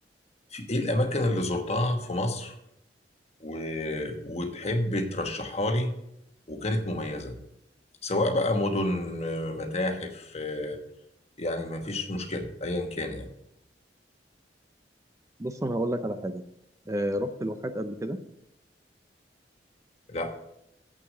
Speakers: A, on the left (about 40°); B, on the right (about 20°).
A: في ايه الاماكن اللي زرتها في مصر و... وتحب ترشحها لي وكانت مميزه سواء بقى مدن متاحف آه، يعني ما فيش مشكلة ايا كان يعني
B: بص انا هقول لك على حاجه آه رحت الواحات قبل كده
A: لا